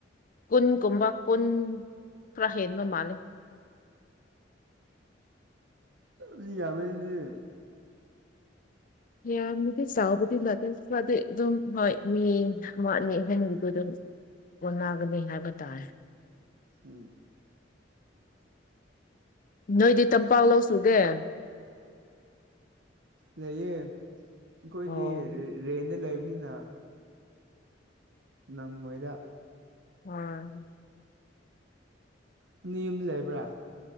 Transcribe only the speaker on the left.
ꯀꯨꯟꯒꯨꯝꯕ ꯀꯨꯟ ꯈꯔ ꯍꯦꯟꯕ ꯃꯥꯜꯂꯦ <inaudible>
ꯌꯥꯝꯅꯗꯤ ꯆꯥꯎꯕꯗꯤ ꯅꯠꯇꯦ ꯈ꯭ꯔꯗꯤ ꯑꯗꯨꯝ ꯍꯣꯏ ꯃꯤ ꯑꯃ ꯑꯅꯤ ꯑꯍꯨꯝꯕꯗꯃꯤ ꯀꯣꯅꯒꯅꯤ ꯍꯥꯏꯕ ꯇꯥꯏ
ꯅꯣꯏꯗꯤ ꯇꯝꯄꯥꯂꯣꯁ <inaudible>
ꯑꯣ
ꯃꯥꯅꯦ